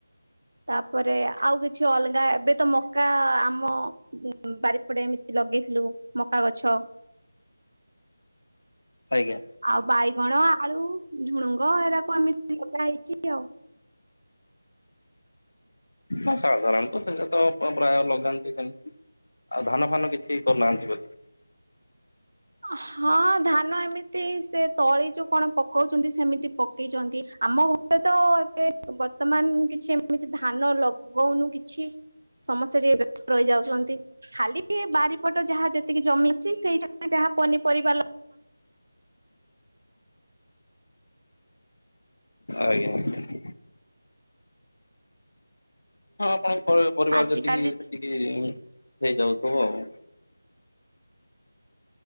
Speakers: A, on the right; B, on the left.
A: ତାପରେ ଆଉ କିଛି ଅଲଗା। ଏବେ ତ ମକା ଆମ ବାରିପଡେ ଏମତି ଲଗେଇଥିଲୁ ମକା ଗଛ।
B: ଆଜ୍ଞା।
A: ଆଉ ବାଇଗଣ ଆଳୁ ଝୁଣୁଙ୍ଗ ଏଡାକୁ ଏମିତି ଲଗା ହେଇଛି ଆଉ।
B: ନା ସାଧାରଣତଃ ସେଟ ତ ପ୍ରାୟ ଲଗାନ୍ତି ସେମିତି। ଆଉ ଧାନ ଫାନ କିଛି କରୁନାହାନ୍ତି ବୋଲି।
A: ହଁ ଧାନ ଏମିତି ସେ ତଳି ଯୋଉ କଣ ପକୋଉଚନ୍ତି ସେମିତି ପକେଇଚନ୍ତି। ଆମ <unintelligible> ତ ଏବେ ବର୍ତ୍ତମାନ କିଛି ଏମିତି ଧାନ ଲଗଉନୁ କିଛି ସମସ୍ତେ ଟିକେ ବ୍ୟସ୍ତ ରହିଯାଉଚନ୍ତି। ଖାଲି ବାରିପଟ ଯାହା ଯେତିକି ଜମିଅଛି ସେଇଟା ଯାହା ପନିପରିବା ଲ
B: ଆଜ୍ଞା ଆଜ୍ଞା। ହଁ ଆପଣଙ୍କ ପରିବାର
A: ଆଜିକାଲି
B: ଯେତିକି ସେତିକି ହେଇଯାଉଥିବ ଆଉ।